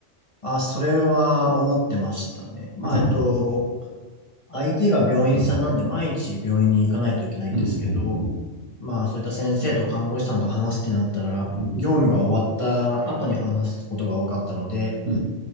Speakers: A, on the left; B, on the right.
A: あ、それは思ってましたね。まあ、
B: うん
A: えっと、相手が病院さんなんで毎日病院に行かないといけないんですけど、
B: うんうんうんうん
A: まあ、そういった先生と看護師さんと話すってなったら、
B: うん
A: 業務が終わった後に話すことが多かったので、
B: うん